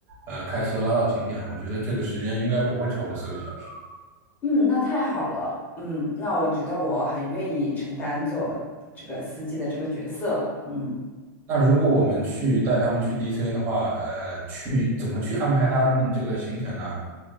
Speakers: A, on the right; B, on the left.
A: 呃开车拉到景点。我觉得这个时间应该不会超过四个小时。
B: 嗯，那太好了，嗯，那我觉得我很愿意承担做这个司机的这个角色，嗯。
A: 那如果我们去带他们去 DC 的话，呃，去怎么去安排他们这个行程呢？